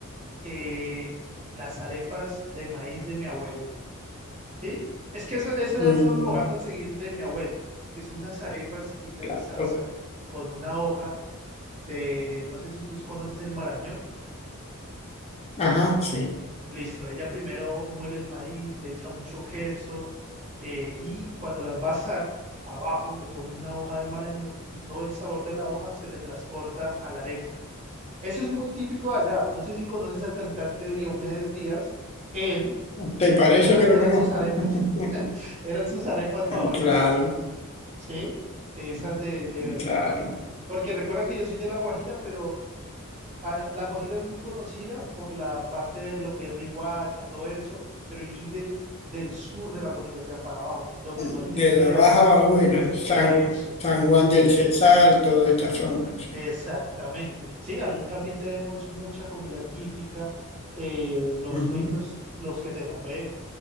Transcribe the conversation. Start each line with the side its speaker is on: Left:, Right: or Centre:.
Right: Eh, las arepas de maíz de mi abuela. Sí, es que eso, eso,
Left: Mm,
Right: eso lo voy a conseguir de mi abuela, que son unas arepas que ella
Left: claro.
Right: las asa con una hoja de, no sé si tú conoces el marañón.
Left: Ajá, sí.
Right: Listo, ella primero muele el maíz, le echa mucho queso eh, y cuando las va a asar, abajo le pone una hoja de marañón y todo el sabor de la hoja se le transporta a la arepa. Eso es muy típico de allá. No sé si conoces al cantante Diomedes Díaz. Él,
Left: ¿Te
Right: él
Left: parece
Right: era,
Left: que
Right: eran
Left: lo conozco?
Right: sus arepas,
Left: <laughs>
Right: <laughs> eran sus arepas favoritas.
Left: Claro,
Right: Sí, esas de, de-
Left: claro.
Right: porque recuerda que yo soy de La Guajira, pero ah, La Guajira es muy conocida por la parte de lo que es Riohacha, todo eso, pero yo soy del, del sur de La Guajira, o sea, para abajo, donde
Left: De
Right: no hay desierto.
Left: la Baja Bajuera, San,
Right: Eso,
Left: San Juan del Cesar, toda esta zona, sí.
Right: exactamente. Sí, ahí también tenemos mucha comida típica, eh, los
Left: Ujú,
Right: fritos, los que te nombré,